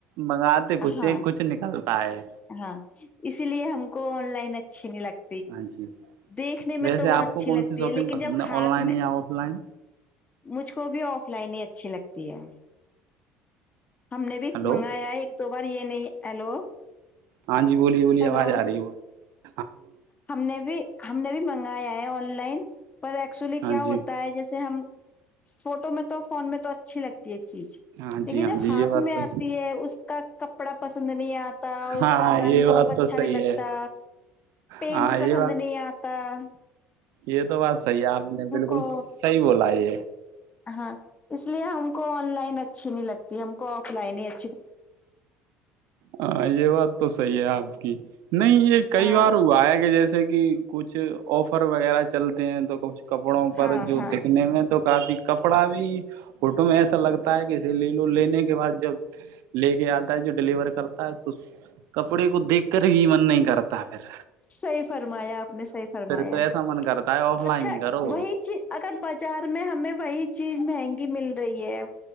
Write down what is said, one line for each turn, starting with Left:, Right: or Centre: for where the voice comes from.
Right: منگاتے کچھ
Left: ہاں
Right: ہیں کچھ نکلتا ہے
Left: ہاں اسی لیے ہم کو آن لائن اچھی نہیں لگتی
Right: ہاں جی
Left: دیکھنے میں
Right: ویسے
Left: تو وہ
Right: آپ
Left: اچھی
Right: کو کون
Left: لگتی
Right: سی شاپنگ
Left: ہے لیکن
Right: پسند
Left: جب
Right: ہے
Left: ہاتھ
Right: آن لائن
Left: میں
Right: یا آف لائن
Left: مجھ کو بھی آف لائن ہی اچھی لگتی دیا ہم نے بھی
Right: ہلو
Left: منگایا ہے ایک دو بار یہ نہیں ہیلو
Right: ہاں جی بولیے بولیے
Left: ہیلو
Right: آواز آ رہی ہے ب
Left: ہم نے بھی ہم نے بھی منگایا ہے آن لائن پر ایکچولی
Right: ہاں
Left: کیا
Right: جی
Left: ہوتا ہے جیسے ہم فوٹو میں تو فون میں تو اچھی لگتی ہے چیز
Right: ہاں
Left: لیکن
Right: جی ہاں
Left: جب
Right: جی
Left: ہاتھ
Right: یہ بات
Left: میں
Right: تو
Left: آتی ہے اس کا کپڑا پسند نہیں آتا اس
Right: ہاں
Left: کا رنگ
Right: یہ بات
Left: روک اچھا
Right: تو صحیح
Left: نہیں لگتا
Right: ہے
Left: پینٹ
Right: ہاں یہ
Left: پسند
Right: بات
Left: نہیں آپ کتا
Right: یہ تو بات صحی ہے آپ نے بالکل
Left: کو
Right: صحیح بولا یہ
Left: ہاں اس لیے ہم کو آن لائن اچھی نہیں لگتی ہم کو آف لائن ہی اچھی
Right: ہاں یہ بات تو صحیح ہے آپ کی نہیں یہ کئی
Left: ہاں
Right: بار وہ آئے کہ جیسے کہ کچھ آفر وغیرہ چلتے ہیں تو کچھ کپڑوں پر
Left: ہاں
Right: جو
Left: ہاں
Right: دیکھنے میں کافی کپڑا بھی ہوٹو میں ایسا لگتا ہے کہے لے لو لینے کے بعد جب لے کے آتا ہے جو ڈیلیور کر کرتا ہے تو کپڑے کو دیکھ کر ہی من نہیں کرتا تمیر
Left: صحیح فرمایا آپ نے صحیح فرمایا
Right: تو ایسا من کرتا ہے آف لائن
Left: اچھا
Right: ہی کرو
Left: وہی چیز اگر بازار میں ہمیں وہی چیز مہنگی مل رہی ہے